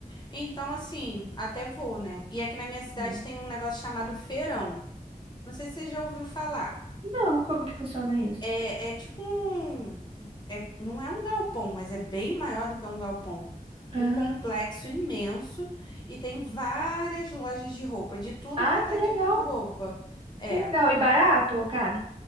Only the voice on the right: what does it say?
Hum.
Não, como que funciona isso?
Ah,
Ah,
que
legal,
que legal. E barato, ô cara?